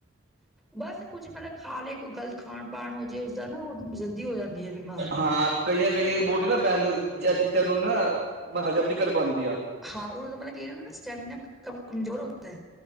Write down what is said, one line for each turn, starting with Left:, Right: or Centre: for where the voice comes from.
Centre: ਬਸ ਕੁੱਝ, ਮਤਲਬ ਖਾ ਲੈ, ਕੋਈ ਗ਼ਲਤ ਖਾਣ ਪਾਣ ਹੋਜੇ। ਉਸਦਾ ਨਾ ਓ ਜਲਦੀ ਹੋ, ਜਾਂਦੀ ਐ ਬਿਮਾਰ।
Right: ਹਾਂ, ਕਈਆਂ-ਕਈਆਂ, ਦੀ ਬੋਡੀ ਨਾ ਪੈਣ ਚੀਜ਼ਾਂ ਨੂੰ ਨਾ, ਹਜ਼ਮ ਨੀ ਕਰ ਪਾਂਦੀਆਂ।
Centre: ਹਾਂ, ਓਨਾ ਦਾ ਮਤਲਬ, ਕੀ ਕਈਆਂ ਦਾ ਨਾ ਸਟੈਮੀਨਾ ਤਾਂ ਕਮਜ਼ੋਰ ਹੁੰਦਾ ਏ।